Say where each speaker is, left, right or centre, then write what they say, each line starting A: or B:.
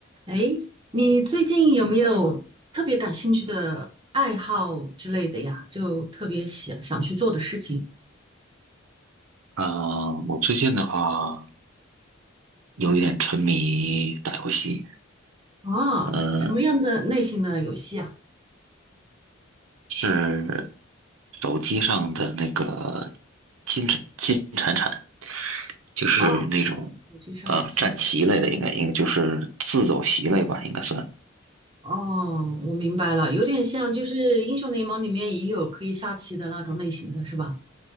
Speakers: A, on the right; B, on the right.
A: 哎，你最近有没有特别感兴趣的爱好之类的呀？就特别想想去做的事情
B: 嗯，我最近的话有一点沉迷打游戏，
A: 啊？
B: 嗯，
A: 什么样的类型的游戏啊？
B: 是手机上的那个金铲金铲铲，就是那种
A: 哦，手机上的竞技。
B: 呃战棋类的，应该应该就是自走棋类吧，应该算。
A: 哦，我明白了，有点像就是英雄联盟里面也有可以下棋的那种类型的是吧？